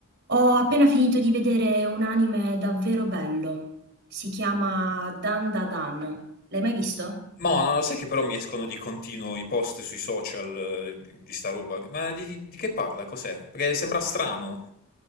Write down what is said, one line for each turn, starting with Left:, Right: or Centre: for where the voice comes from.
Right: Ho appena finito di vedere un anime davvero bello. Si chiama Dandadan. L'hai mai visto?
Left: Mò, no, no, sai che però mi escono di continuo i post sui social eh, di, di sta roba? Ma di, di che parla? Cos'è? Perché sembra strano.